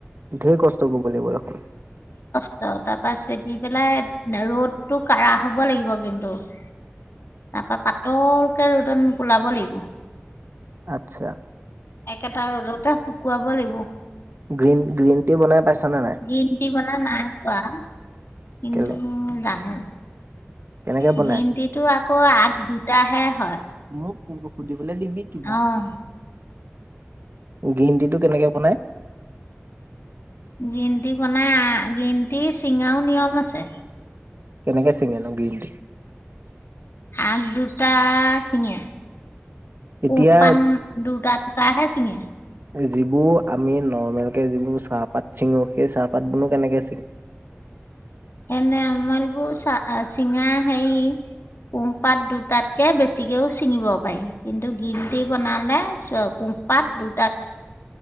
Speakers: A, on the right (about 50°); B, on the left (about 65°).
A: ধেৰ কষ্ট কৰিব লাগিব দেখোন।
B: ত তাৰ পৰা চেপি পেলাই ৰ'দটো কাঢ়া হব লাগিব কিন্তু তাৰ পৰা পাতলকে ৰ'দ ৰদত মোকওলাব লাগিব
A: আচ্ছা
B: একেটা ৰ'দতে শুকুৱাব লাগিব।
A: গ্ৰীণ গ্ৰীণ টি বনাই পাইছানে নাই
B: গ্ৰীণ টি বনাই নাই পোৱা। কিন্তু
A: কেলে
B: জানো।
A: কেনেকে বনাই
B: গ্ৰীণটিটো আকৌ আগ দুটাহে হয়।
A: মোক সুধিবলৈ দিবি কিবা
B: আহ,
A: গ্ৰীণ টি টো কেনেকে বনাই?
B: গ্ৰীণ টি বনাই গ্ৰীণ টি চিঙাও নিয়ম আছে।
A: কেনেকে চিঙে নো গ্ৰীণ টি
B: আগ দুটা ছিঙে।
A: এতিয়া
B: পোহপান দুটাত কাহে চিঙে।
A: যিবোৰ আমি নৰ্মেল যিবোৰ চাহপাত চিঙো সেই চাহপাত বোৰো কেনেকে চিঙে?
B: এনে অমালবু চ চিঙা সেই কোমপাত দুটাতকে বেছিকেও ছিঙিব পাৰি কিন্তু গ্ৰীণটি বনালে চোৱা কুমপাত দু